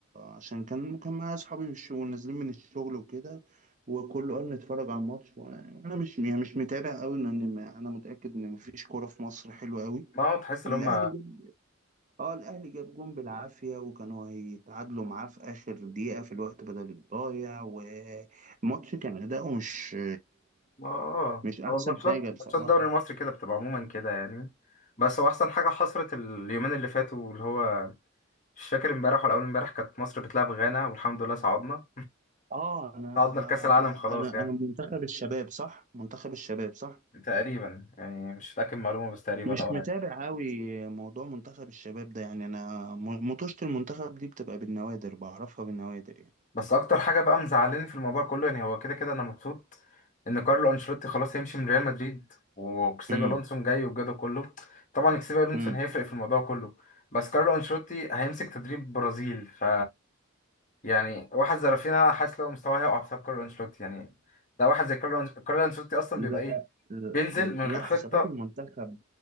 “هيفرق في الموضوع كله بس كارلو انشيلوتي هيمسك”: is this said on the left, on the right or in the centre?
Left